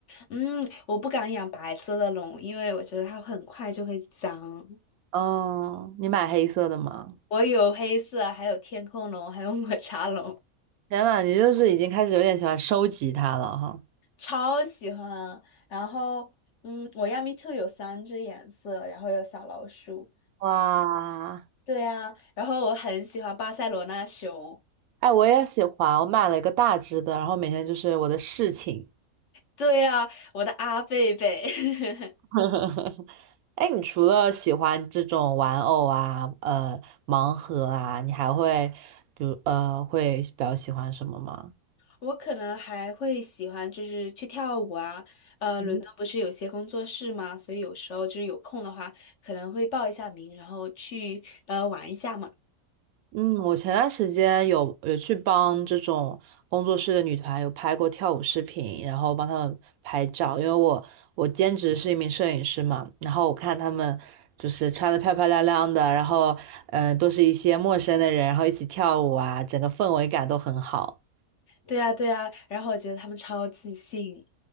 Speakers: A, on the left; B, on the right.
A: 嗯，我不敢养白色的龙，因为我觉得它很快就会脏。
B: 嗯，你买黑色的吗？
A: 我有黑色，还有天空龙，还有抹茶龙，
B: 天呐，你就是已经开始有点喜欢收集它了哈。
A: 超喜欢。然后，嗯，我亚米兔有三只颜色，然后有小老鼠。
B: 哇，
A: 对呀，然后我很喜欢巴塞罗那熊。
B: 哎，我也喜欢，我买了一个大只的，然后每天就是我的侍寝，
A: 对呀，我的阿贝贝。<laughs>
B: <laughs> 呵呵呵哎，你除了喜欢这种玩偶啊，呃，盲盒啊，你还会，比如呃，会比较喜欢什么吗？
A: 我可能还会喜欢就是去跳舞啊，呃，
B: 嗯
A: 伦敦不是有些工作室吗？所以有时候就是有空的话，可能会报一下名，然后去呃玩一下嘛。
B: 嗯，我前段时间有有去帮这种工作室的女团有拍过跳舞视频，然后帮她们拍照，因为我我兼职是一名摄影师嘛，然后我看她们就是穿的漂漂亮亮的，然后嗯、呃都是一些陌生的人，然后一起跳舞啊，整个氛围感都很好，
A: 对啊，对啊，然后我觉得他们超自信，